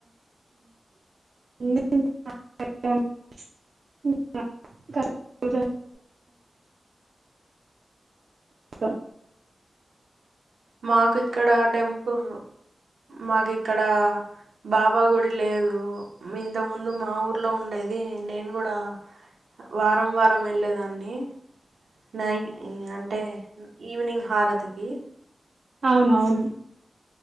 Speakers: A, on the right; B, on the right.
A: <unintelligible> సం
B: మాకు ఇక్కడ టెంపుల్ మాకిక్కడ బాబా గుడి లేదు మింత ముందు మా ఊర్లో ఉండేది నేను గుడా వారం వారం వెళ్ళేదాన్ని నై ఇగంటే ఈవినింగ్ హారతికి
A: అవునవును